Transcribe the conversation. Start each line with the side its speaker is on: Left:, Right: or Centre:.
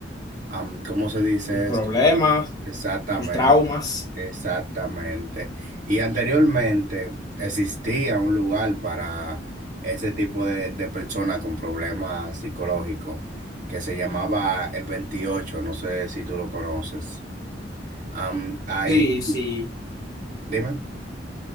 Right: am, ¿cómo se dice
Left: Un problema.
Right: esto? Exactamente,
Left: sus traumas.
Right: exactamente. Y anteriormente existía un lugar para ese tipo de, de personas con problemas psicológicos que se llamaba el 28. no sé si tú lo conoces. Am, ahí,
Left: Sí, sí,
Right: dime,